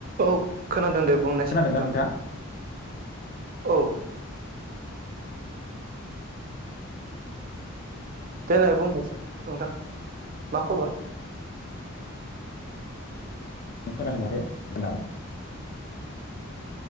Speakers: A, on the right (about 45°); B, on the left (about 45°).
A: औ खोनादों दे बुंनायसै
B: खोनादोंना
A: नोंथां
B: नोंथाङा?
A: औ देलाय बुंनोसै नोंथां मा खबर
B: नों खोनानो मोने खोनाबाय